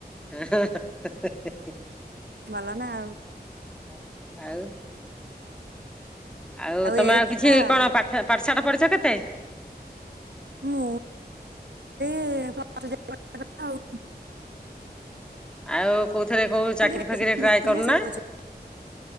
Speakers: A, in the centre; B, on the right.
A: ହେ ହେ ହେ
B: ଭଲ ନା ଆଉ।
A: ହ ଆଉ। ଆଉ ତମେ
B: ଏଇ
A: ଆଉ
B: କଥା
A: କିଛି
B: ଆଉ
A: କଣ ପାଠ ପାଠଶାଠ ପଢ଼ିଛ କେତେ?
B: ମୁଁ। ଏ ପ୍ଲସ ଟୁ ଯାଏଁ ପଢିବା କଥା ଆଉ।
A: ଆଉ କୋଉଥିରେ କୋଉ ଚାକିରୀ
B: ଟିକେ
A: ଫାକିରୀ ଟ୍ରାଏ କରୁନା?
B: ଶିଖୁଛି